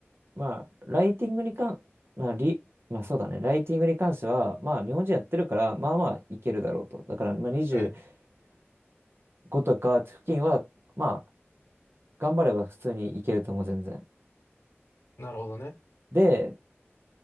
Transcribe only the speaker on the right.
まあ、ライティングに関、まあ、リ、まあそうだね。ライティングに関しては、まあ日本人やってるから、まあまあいけるだろうと。だから、まあ25
とか付近は、まあ頑張れば普通にいけると思う、全然。
で、